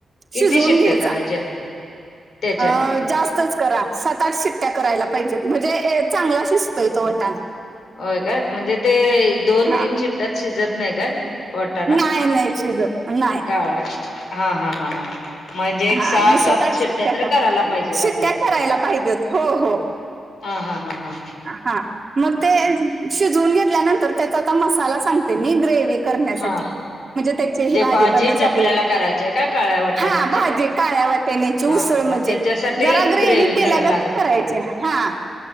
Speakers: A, on the left; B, on the right.
A: किती
B: शिजवून
A: शिट्ट्या
B: घ्यायचा.
A: करायच्या त्याच्या
B: अ. जास्तच करा. सात, आठ शिट्टया करायला पाहिजेत. म्हणजे चांगला शिजतोय, तो वटाणा.
A: होय काय? म्हणजे? ते दोन,
B: हा
A: तीन शिट्ट्यात शिजत नाही काय? वटाणा
B: नाही नाही शिजत नाही
A: काळा हा. हा. हा. हा. म्हणजे एक
B: हा
A: सहा,
B: मग
A: सात
B: आठ
A: शिट्ट्या तर
B: करा
A: करायला पाहिजेत
B: शिट्ट्या
A: आपल्याला.
B: करायला पाहिजेत हो हो
A: हा. हा. हा. हा..
B: हा. मग, ते शिजवून घेतल्यानंतर त्याचा आता मसाला सांगते. मी ग्रेव्ही. करण्यासाठी.
A: हा
B: म्हणजे त्याची हे भाजी
A: भाजीच
B: करण्यासाठी
A: आपल्याला करायची आहे काय काळ्या वाटाण्याची
B: हा भाजी काळ्या वाट तेनेची उसळ
A: हा मग
B: म्हणजे?
A: त्याच्यासाठी
B: जरा ग्रेव्ही केल्यागत
A: करायला लागल
B: करायचे हा.